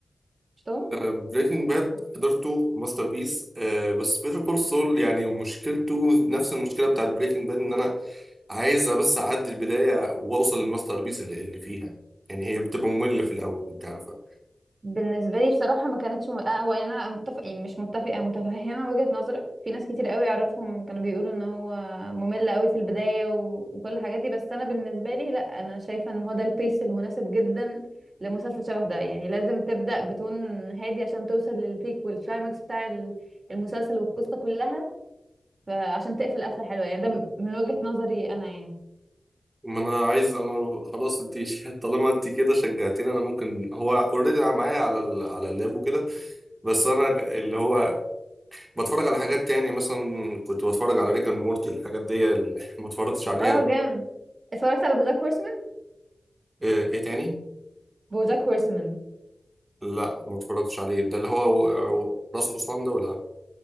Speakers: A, on the right (about 45°); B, on the right (about 25°).
A: شفتهم
B: بريكنج باد حضرته ماستر بيس آه بس بيتر كول سول يعني مشكلته نفس المشكله بتاعت بريكنج باد ان انا عايزه بس اعدي البدايه واوصل للماستر بيس اللي, اللي فيها يعني هي بتبقى ممله في الاول انت عارفه
A: بالنسبه لي بصراحه ما كانتش م... آه، هو انا متفق يعني مش متفقه متفهمه وجهه نظرك في ناس كتير قوي اعرفهم كانوا بيقولوا ان هو ممل قوي في البدايه و... وكل الحاجات دي بس انا بالنسبه لي لا انا شايفه ان هو ده البيس المناسب جدا لمسلسل شبه ده يعني لازم تبدا بتون هادي عشان توصل للبيك والكلايماكس بتاع ال- المسلسل والقصه كلها فعشان تقفل قفله حلوه يعني ده من وجهه نظري انا يعني
B: ما انا عايز انا خلاص انت <laughs> طالما انت كده شجعتيني انا ممكن هو اوريدي معايا على ال... على اللاب وكده بس انا اللي هو بتفرج على حاجات تاني مثلا كنت بتفرج على ريكان مورتي الحاجات دي اللي <laughs> ما اتفرجتش عليها
A: اه جامد اتفرجت على بوجاك هورسمان
B: آه، ايه تاني
A: بوجاك هورسمان
B: لا ما اتفرجتش عليه ده اللي هو و- و- راس حصان ده ولا